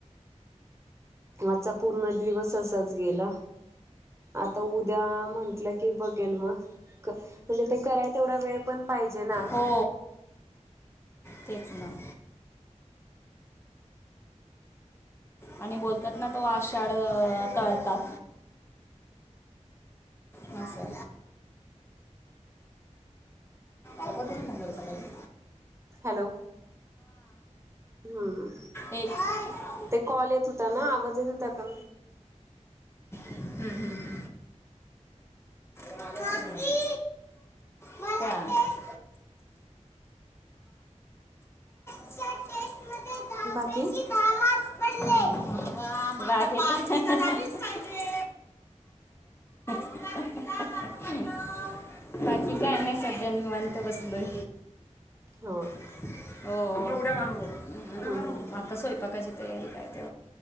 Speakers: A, on the right (about 20°); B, on the left (about 20°).
A: आजचा पूर्ण दिवस असाच गेला. आता उद्या म्हण टल की बघेल मग, म्हणजे ते कराय तेवढा वेळ पण पाहिजे ना.
B: हो तेच ना! आणि बोलतात ना तो आषाढ तळतात. म असाय. आता तरी सांगाल सकाळच.
A: हॅलो! हम्म
B: एक हम्म,
A: ते कॉल येत होता ना. आवाज येत होता का?
B: हम् हम्म! काकी मला दे. टेस्ट मध्ये
A: बाकी?
B: दहा मार्क्स पडले. पार्टी तर झालीच पाहिजे. <unintelligible> बाकी काय नाही सध्या निवांत बसलोय.
A: हो!
B: हो!
A: हा हा हां!
B: आता स्वयंपाकची तयारी काय तर